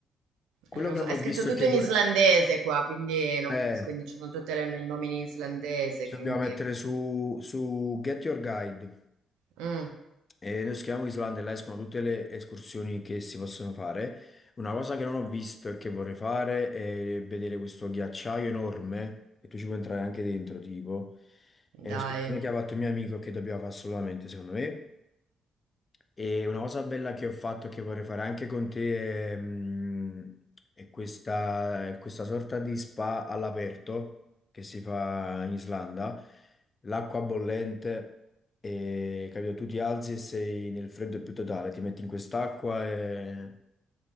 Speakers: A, on the left; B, on the right.
A: Quello
B: Eh, non
A: che non
B: so, è
A: ho
B: scritto
A: visto
B: tutto
A: e che
B: in islandese qua, quindi non
A: vorrei...
B: capisco niente, ci sono tutti i nomi in islandese,
A: Ci
B: quindi...
A: dobbiamo mettere su, su Get Your Guide
B: Mm,
A: e noi scriviamo Islanda e là escono tutte le escursioni che si possono fare. Una cosa che non ho visto e che vorrei fare è vedere questo ghiacciaio enorme, che tu ci puoi entrare anche dentro, tipo. È un'escursione
B: dai,
A: che ha fatto il mio amico che dobbiamo fare assolutamente, secondo me. E una cosa bella che ho fatto e che vorrei fare anche con te è, mm, è questa, è questa sorta di spa all'aperto che si fa in Islanda, l'acqua bollente, e, capito? Tu ti alzi e sei nel freddo più totale, ti metti in quest'acqua e...